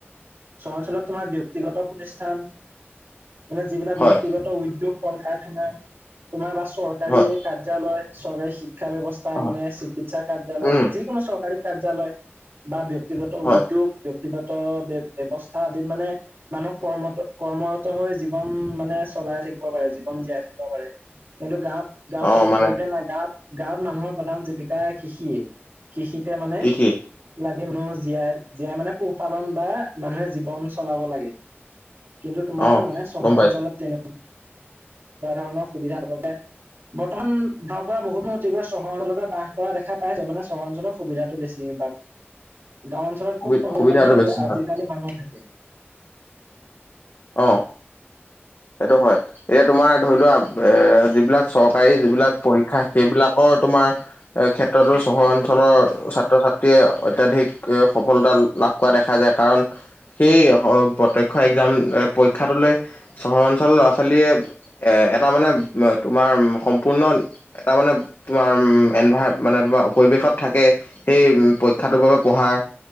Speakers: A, on the right (about 65°); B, on the left (about 60°).
A: চৰহৰ অঞ্চলত তোমাৰ বয়ক্তিগত প্ৰতিষ্ঠান মানে যিবিলাক
B: হয়
A: ব্যয়ক্তিগত উদ্যোগ, কল-কাৰখানা তোমাৰ বা চৰকাৰী
B: হয়
A: কাৰ্য্যালয় চৰকাৰী শিক্ষা ব্যৱস্থা
B: অ
A: মানে চিকিৎসা কাৰ্যালয়
B: উম
A: যিকোনো চৰকাৰী কাৰ্য্যালয় বা ব্যয়ক্তিগত
B: হয়
A: উদ্যোগ, ব্যক্তিগত ব্যৱস্থা আদিত মানে, মানুহ ক-কৰ্মৰত হৈ জীৱন মানে চলাই থাকিব পাৰে, জীৱন জীয়াই থাকিব পাৰে। কিন্তু গাঁৱত গাঁৱত
B: অ
A: সেইটো
B: মানে
A: পৰিৱেশ নাই গাঁৱত গাঁৱত মানুহৰ প্ৰধান জীৱিকা কৃষিয়ে, কৃষিতে মানে
B: কৃষি
A: লাগ <unintelligible> জীয়াই, জীয়াই মানে পোহপালন বা মানুহে জীৱন চলাব লাগে। কিন্তু তোমাৰ
B: অ
A: মানে চহৰ
B: গম পাইছো
A: অঞ্চলত তেনেকুৱা <unintelligible> ধৰণৰ সুবিধা মানে বৰ্তমান ধৰ পৰা বহুতিন অতি গৈ চহৰ অঞ্চলতে বাহ কৰা দেখা পাইছে মানে চহৰ অঞ্চলৰ সুবিধাটো বেছি। গাঁও অঞ্চলত
B: সুবি
A: খুব কম
B: সুবিধাটো
A: পৰিমণেহে
B: বেছি হয়
A: আজিকালি মানুহ থাকে।
B: অ, সেইটো হয় এতিয়া তোমাৰ ধৰি লোৱা এ, যিবিলাক চৰকাৰী যিবিলাক পৰীক্ষা সেইবিলাকৰ তোমাৰ এ, ক্ষেত্ৰতো চহৰ অঞ্চল ৰ ছাত্ৰ ছাত্ৰী ত্ৰীয়ে অত্যাধিক এ, সফলতা লাভ কৰা দেখা যায়, কাৰণ সেই প্ৰত্যক্ষ এক <unintelligible> পৰীক্ষাটোলৈ চহৰ অঞ্চলৰ ল'ৰা ছোৱালীয়ে এটা মানে তোমাৰ সম্পূৰ্ণ এটা মানে তোমাৰ এণভাৰ মানে তোমাৰ পৰিৱেশত থাকে সেই পৰীক্ষাটোৰ বাবে পঢ়াৰ